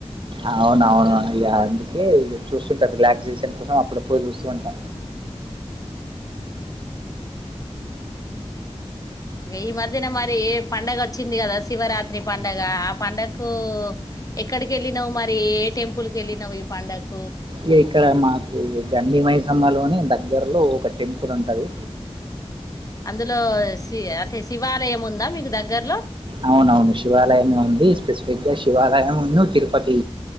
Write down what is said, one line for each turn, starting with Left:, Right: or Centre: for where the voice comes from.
Right: అవునవును ఇగ అందుకే చూస్కు చూస్తుంటాను రిలాక్సేషన్ కోసం అప్పుడప్పుడు చూస్తూ ఉంటా
Left: ఈ మధ్యన మరి ఏ పండుగ వచ్చింది కదా శివరాత్రి పండగ ఆ పండక్కు ఎక్కడికి యెళ్ళినావు మరీ ఏ టెంపుల్కి యెళ్ళినావు ఈ పండక్కు
Right: ఈ ఇక్కడ మాకు గండి మైసమ మైసమ్మలోని దగ్గరలో ఒక టెంపుల్ ఉంటుంది
Left: అందులో శి అంటే శివాలయం ఉందా మీకు దగ్గర్లో
Right: అవునౌను శివాలయమే ఉంది పెద్దగా శివాలయం తిరుపతి